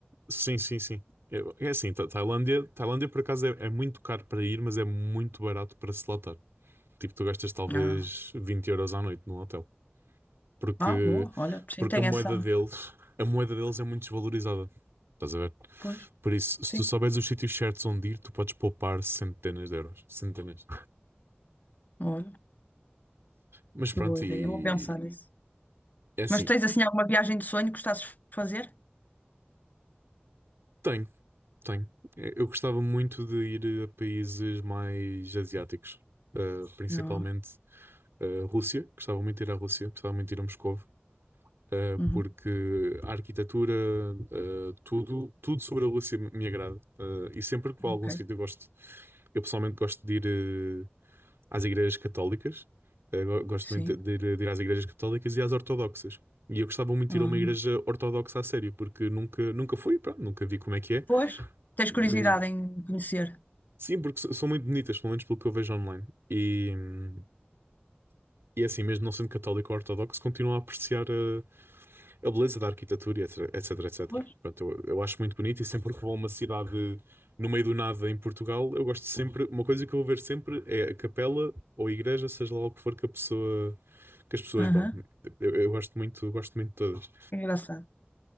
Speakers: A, on the right; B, on the left.
A: Sim, sim, sim. Eu- É assim, Tá- Tailândia, Tailândia por acaso é, é muito caro para ir, mas é muito barato para se lá estar. Tipo, tu gastas talvez
B: Ah,
A: 20 euros à noite num hotel. Porque,
B: ah, boa, olha, sim,
A: porque
B: tem
A: a moeda
B: essa.
A: deles, a moeda deles é muito desvalorizada. Estás a ver?
B: Pois,
A: Por isso, se
B: sim,
A: tu souberes os sítios certos onde ir, tu podes poupar centenas de euros. Centenas.
B: olha,
A: Mas pronto,
B: que boa ideia,
A: e
B: eu vou pensar nisso.
A: é assim,
B: Mas tens assim alguma viagem de sonho que gostasses de fazer?
A: tenho, tenho. Eh, Eu gostava muito de ir a países mais asiáticos, eh, principalmente.
B: Não,
A: a Rússia, gostava muito de ir à Rússia, gostava muito de ir a Moscovo, eh,
B: uhum,
A: porque a arquitetura, eh, tudo, tudo sobre a Rússia me me agrada. Eh, e sempre que vou
B: ok,
A: a algum sítio eu gosto, eu pessoalmente gosto de ir eh, às igrejas católicas, Eh, go- gosto
B: sim.
A: muito de ir, de ir às igrejas católicas e às ortodoxas. E eu gostava muito
B: Ah,
A: de ir a uma igreja ortodoxa a sério, porque nunca, nunca fui, pronto, nunca vi como é que é.
B: pois, tens
A: Mesmo.
B: curiosidade em conhecer?
A: Sim, porque s- são muito bonitas, pelo menos pelo que eu vejo online. E, hum, e é assim, mesmo não sendo católico ou ortodoxo, continuo a apreciar eh, a beleza da arquitetura, e etc, etc, etc.
B: Pois,
A: Portanto, eu, eu acho muito bonito e sempre que vou a uma cidade no meio do nada em Portugal, eu gosto sempre, uma coisa que eu vou ver sempre é a capela ou a igreja, seja lá o que for que a pessoa, que as pessoas
B: aham,
A: vão. Eu, eu gosto muito, gosto muito de todas.
B: é engraçado.